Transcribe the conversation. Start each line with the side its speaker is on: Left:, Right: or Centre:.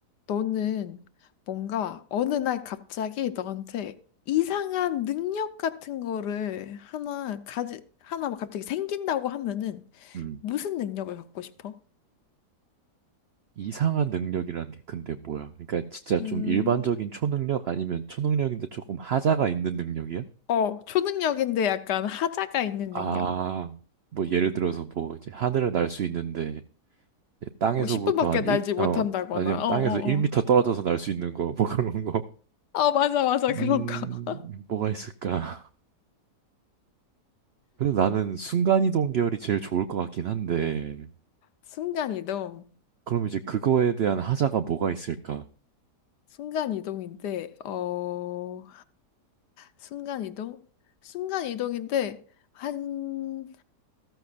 Left: 너는 뭔가 어느 날 갑자기 너한테 이상한 능력 같은 거를 하나 가지, 하나 막 갑자기 생긴다고 하면은
Right: 음,
Left: 무슨 능력을 갖고 싶어?
Right: 이상한 능력이라는 게 근데 뭐야? 그러니까 진짜 좀
Left: 음,
Right: 일반적인 초능력 아니면 초능력인데 조금 하자가 있는 능력이야?
Left: 어, 초능력인데 약간 하자가 있는
Right: 아,
Left: 능력.
Right: 뭐 예를 들어서 뭐 이제 하늘을 날 수 있는데 이제 땅에서부터
Left: 뭐 10분밖에
Right: 한
Left: 날지
Right: 1,
Left: 못한다거나,
Right: 어, 아니면 뭐
Left: 어,
Right: 땅에서
Left: 어,
Right: 1미터
Left: 어.
Right: 떨어져서 날 수 있는 거, 뭐 그런 거.
Left: 어 맞아, 맞아,
Right: 음,
Left: 그런 거. <laughs>
Right: 뭐가 있을까? 그래도 나는 순간이동 계열이 제일 좋을 것 같긴 한데,
Left: 순간이동.
Right: 그럼 이제 그거에 대한 하자가 뭐가 있을까?
Left: 순간이동인데, 어, 순간이동? 순간이동인데, 한